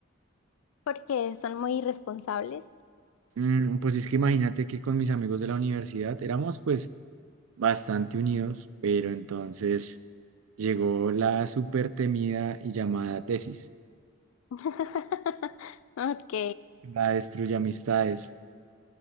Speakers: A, on the left (about 80°); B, on the right (about 80°).
A: Porque son muy irresponsables.
B: Mm, pues es que imagínate que con mis amigos de la universidad éramos pues bastante unidos, pero entonces llegó la súper temida y llamada tesis,
A: <laughs> Ok.
B: la destruye amistades.